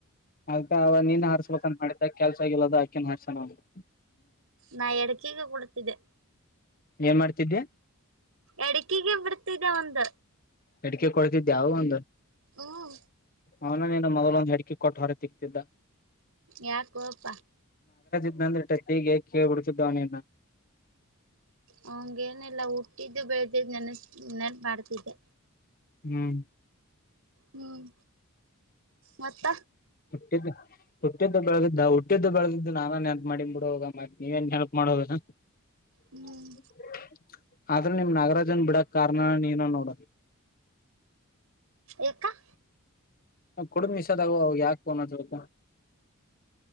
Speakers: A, on the left; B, on the right.
A: ಅದ್ಕ ಅವ ನೀನ್ ಹಾರ್ಸ್ಬೇಕಂತ ಮಾಡಿದ್ದ ಕೆಲ್ಸ ಆಗಿಲ್ಲ ಅಂದ್ ಆಕೆನ್ ಮಾಡ್ಸಣ ಅಂದ್ರ್
B: ನಾ ಎಡಕಿಗೆ ಕೊಡ್ತಿದ್ದೆ
A: ಏನ್ ಮಾಡ್ತಿದ್ದೆ
B: ಎಡಕಿಗೆ ಬಿಡ್ತಿದ್ದೆ ಒಂದ್
A: ಎಡಕಿಗೆ ಕೊಡ್ತಿದ್ಯಾ ಆವಾಗ್ ಒಂದು
B: ಹ್ಮ್
A: ಅವನು ನೀನು ಮೊದಲಂದು ಹೆಡಿ ಕಿ ಕೊಟ್ಟ್ ಹೊರೆ ತಿಗ್ತಿದ್ದ
B: ಯಾಕೋ ಅಪ್ಪ
A: ಇಲ್ಲಂದ್ರ ಟಕ್ಕಿಗೆ ಕೇಳ್ಬಿಡ್ತಿದ್ದ ಅವ್ನ್ ನಿನ್ನ
B: ಹಂಗೇನೆಲ್ಲ ಹುಟ್ಟಿದ್ದು ಬೆಳದಿದ್ ನೆನಸ್ ಇನ್ನೆನ್ ಮಾಡ್ತಿದ್ದೆ
A: ಹ್ಮ್
B: ಹ್ಮ್ ಮತ್ತ
A: <unintelligible>
B: ಹ್ಮ್ ಏಕ <unintelligible>
A: ಕುಡ ಮಿಸ್ <unintelligible>